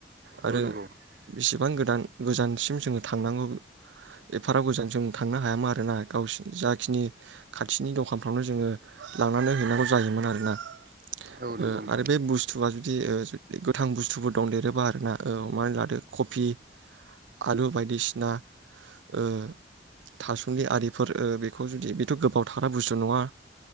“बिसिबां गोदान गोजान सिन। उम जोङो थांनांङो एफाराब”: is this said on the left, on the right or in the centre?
Right